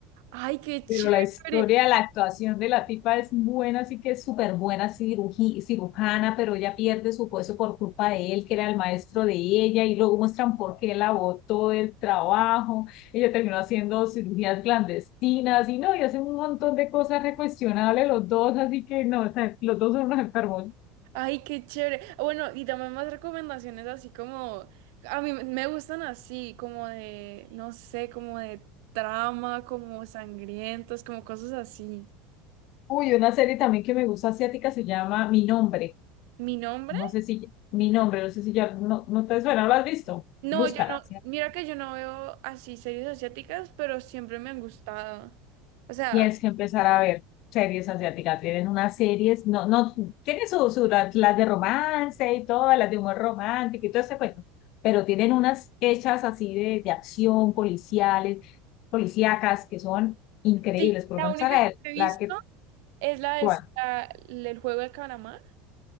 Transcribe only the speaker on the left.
Pero la historia, la actuación de la tipa es buena, así que es súper buena ciruji- cirujana, pero ella pierde su puesto por culpa de él, que era el maestro de ella, y luego muestran por qué la botó del trabajo. Ella terminó haciendo cirugías clandestinas y no, y hacen un montón de cosas recuestionables los dos, así que no, o sea, los dos son unos enfermos.
Uy, una serie también que me gusta asiática se llama Mi Nombre.
No sé si mi nombre, no sé si ya no, no te suena, no ¿lo has visto?
Búscala.
Tienes que empezar a ver series asiáticas. Tienen unas series, no, no, tienen sus su, las las de romance y todas, las de humor romántico y todo ese cuento, pero tienen unas hechas así de, de acción, policiales, policíacas, que son increíbles.
Por
lo menos
a la,
la que,
bueno,